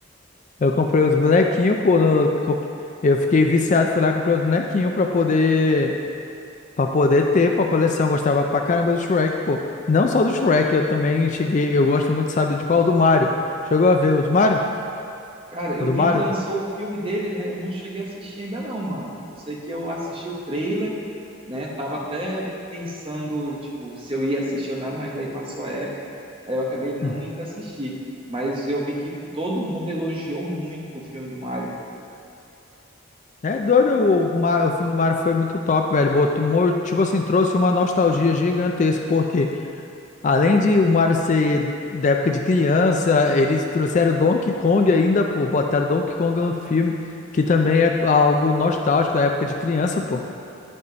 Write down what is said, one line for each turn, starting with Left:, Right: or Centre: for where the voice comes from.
Left: Eu comprei os bonequinhos, pô, no- co- eu fiquei viciado, fui lá e comprei os bonequinhos pra poder. Pra poder ter, pô, a coleção. Eu gostava pra caramba do Shrek, pô. Não só do Shrek, eu também cheguei. Eu gosto muito, sabe, de qual? Do Mario. Chegou a ver os Mario?
Right: Cara, eu
Left: O do
Right: vi
Left: Mario?
Right: que lançou o filme dele, né? Eu não cheguei a assistir ainda não, mano. Eu sei que eu assisti o trailer, né? Tava até pensando, tipo, se eu ia assistir ou não, mas aí passou a época, aí eu acabei não
Left: Uhum.
Right: indo assistir. Mas eu vi que todo mundo elogiou muito o filme do Mario.
Left: É doido, o, Ma- o filme do Mario foi muito top, velho. Botou, mo- tipo assim, trouxe uma nostalgia gigantesca, porque além de o Mario ser da época de criança, eles trouxeram o Donkey Kong ainda, pô. Botaram Donkey Kong no filme, que também é algo nostálgico da época de criança, pô.